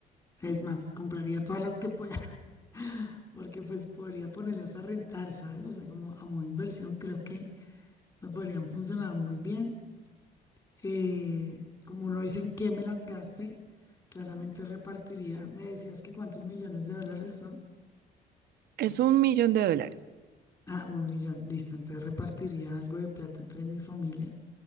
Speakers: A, on the left; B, on the right.
A: Es más, compraría todas las que pueda, <laughs> porque pues podría ponerlas a rentar, ¿sabes? O sea, como a modo de inversión, creo que me podrían funcionar muy bien. Eh, como no dicen que me las gaste, claramente repartiría. Me decías que cuántos millones de dólares son.
B: Es un millón de dólares.
A: Ah, un millón, listo. Entonces repartiría algo de plata entre mi familia